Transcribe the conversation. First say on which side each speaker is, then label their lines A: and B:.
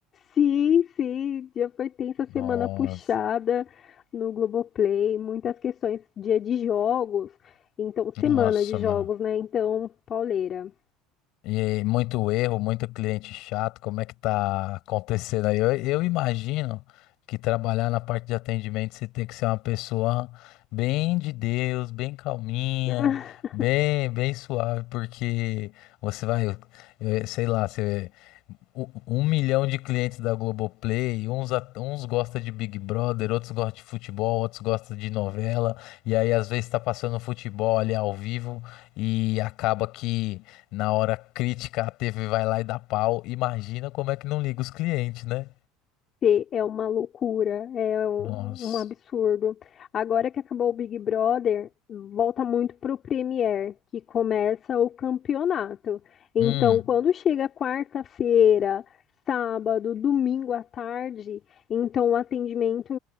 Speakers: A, on the left; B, on the left.
A: Sim, sim, o dia foi tenso, a semana
B: Nossa,
A: puxada no Globoplay, muitas questões, dia de jogos, então semana
B: nossa,
A: de jogos,
B: meu.
A: né? Então, pauleira.
B: E muito erro, muito cliente chato, como é que tá acontecendo aí? Eu, eu imagino que trabalhar na parte de atendimento você tem que ser uma pessoa bem de Deus, bem calminha,
A: <laughs>
B: bem, bem suave, porque você vai, eh, sei lá, você u- Um milhão de clientes da Globoplay, uns, at- uns gostam de Big Brother, outros gostam de futebol, outros gostam de novela, e aí às vezes tá passando futebol ali ao vivo e acaba que na hora crítica, a TV vai lá e dá pau. Imagina como é que não liga os clientes, né?
A: ter é uma loucura, é um,
B: Nossa.
A: um absurdo. Agora que acabou o Big Brother, volta muito pro Premier, que começa o campeonato. Então,
B: Hum.
A: quando chega quarta-feira, sábado, domingo à tarde, então o atendimento